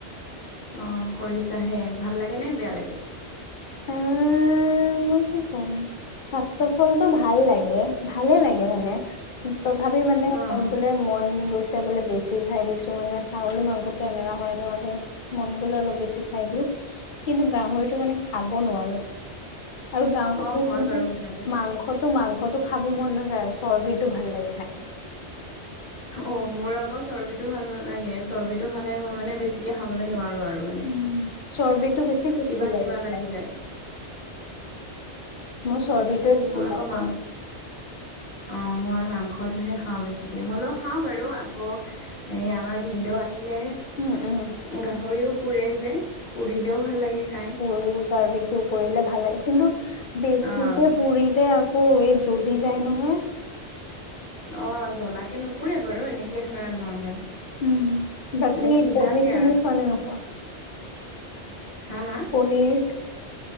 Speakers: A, on the left (about 40°); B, on the left (about 60°).
A: অ', কৰিছা হে ভাল লাগে নে বেয়া লাগে?
B: এ মই কি ক'ম ফাৰ্ষ্টত <unintelligible> ভাল লাগে, ভালে লাগে মানে, তথাপি মানে
A: অ',
B: বোলে মন গৈছে <unintelligible> বোলে বেছি খাই দিছো মানে ছাগলী মাংসটো এনেকা হয় ন যে মন গলে অলপ বেছি খাই দিও। কিন্তু গাহৰিটো মানে খাব নোৱাৰোঁ। আৰু গাঁৱতে
A: অ', হয়
B: কিন্তু
A: বাৰু কথাটো
B: মাংসটো মাংসটো খাব মন নাযায় চবিৰ্টো ভাল লাগে খাই।
A: অ' মোৰ আকৌ চৰ্বিটো ভাল নালাগে চৰ্বি টো খালে মই মানে বেছিকে খাবলে নোৱাৰো নোৱাৰোঁ মানে
B: উম, চৰ্বিটো বেছি টেষ্টি
A: কিবা
B: লাগে
A: কিবা
B: খাই,
A: লাগি যায়।
B: মোৰ চৰ্বিটোৱে বেছি
A: মই আকৌ
B: ভাল
A: মা
B: পাওঁ।
A: অ', মই মাংসটোহে খাওঁ বেছিকে হ'লেও খাওঁ বাৰু, আকৌ হে আমাৰ ভিনডেউ আহি আহিলে
B: উম, উম।
A: গাহৰিও পুৰে যে পুৰিলেও ভাল লাগে খাই।
B: পুৰি <unintelligible> কৰিলে ভাল লাগে কিন্তু বেছিকে
A: অ',
B: পুৰিলে আকৌ। ক, এই জ্বলি যায় নহয়।
A: অ', জ্বলাকে নুপুৰে বাৰু এনেকে ধৰা নৰ্মেল
B: উম, বাকী
A: মানে সিজাকে
B: পনীৰ চনীৰ
A: আৰু <unintelligible>
B: খোৱা নে নোখোৱা?
A: হা হা
B: পনীৰ,